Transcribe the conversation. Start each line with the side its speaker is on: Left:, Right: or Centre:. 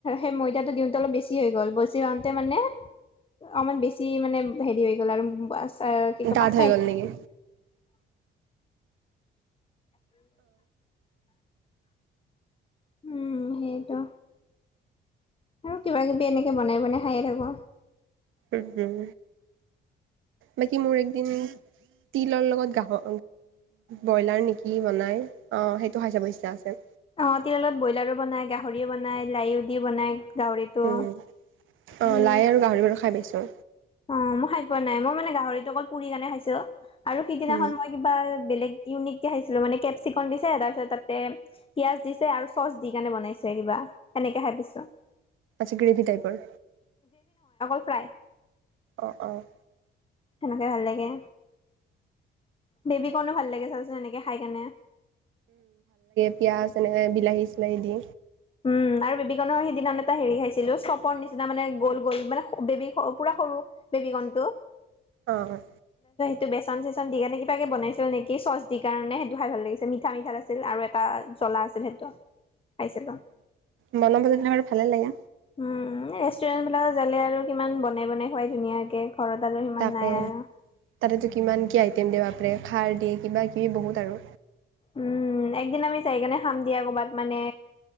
Left: সেই ময়দাটো দিওঁতে অলপ বেছি হৈ গ'ল বেছি হওতে মানে অমান বেছি মানে হেৰি হৈ গ'ল আৰু আচাৰ কি কৈ
Right: ডাঠ
Left: পাঁচটা
Right: হৈ গ'ল নেকি?
Left: উম সেইটো আৰু কিবা কিবি এনেকে বনাই বনাই খায়ে থাকো।
Right: উম উম বাকি মোৰ এইকেইদিন তিলৰ লগত গাহ ব্ৰইলাৰ নেকি বনাই সেইটো খাই চাব ইটচা আছে।
Left: অ তিললত ব্ৰইলাৰো বনাই গাহৰিও বনাই লাইও দি বনাই গাঁহৰিটো
Right: উম। অ',
Left: হ।
Right: লাই আৰু গাহৰি বাৰু খাই পাইছোঁ।
Left: অ মই খাই পোৱা নাই মই মানে গাহৰি টো অকল পুৰি কেনে খাইছো আৰু সিদিনাখন
Right: উম।
Left: মই কিবা বেলেগ। ইউনিক কে খাইছিলো মানে কেপচিকম দিছে তাৰপিছত তাতে পিয়াজ দিছে আৰু চচ দি কেনে বনাইছো কিবা সেনেকে ভাবিছো।
Right: আচ্ছা গ্ৰেভিভি টাইপৰ
Left: প্ৰায়।
Right: অঁ অঁ
Left: সেনেকে ভাল লাগে বেবী কণো ভাল লাগে চাওচোন এনেকে খাই কেনে।
Right: পিঁয়াজ এনেকৈ বিলাহী চিলাহী দি
Left: উম আৰু বেবীকনৰ সিদিনাখন এটা হেৰি খাইছিলো, চপৰ নিচিনা মানে গ'ল গ'ল মানে বেবী পুৰা। সৰু বেবী কনটো।
Right: অ
Left: টো বেচন চেচন দি কাৰণে কিবাকে বনাইছিল নেকি চচ দি কাৰণে সেইটো খাই ভাল লাগিছে মিঠা মঠা আছিল আৰু এটা। জ্বলা আছিল সেইটো খাইছিলো।
Right: বনাব জানিলে টো ভালে লাগে।
Left: উম ৰেষ্টুৰেণ্টবিলাকত জালে আৰু কিমান বনাই বনাই খোৱাই ধুনীয়াকে। ঘৰত আৰু সিমান
Right: তাকে।
Left: নাই আৰু।
Right: তাতেতো কিমান কি আইটেম দিয়ে য়ে, খাৰ দিয়ে, কিবাকিবি বহুত আৰু
Left: উম, একদিন আমি যাই কেনে খাম দিয়া‌ কৰ'বাত মানে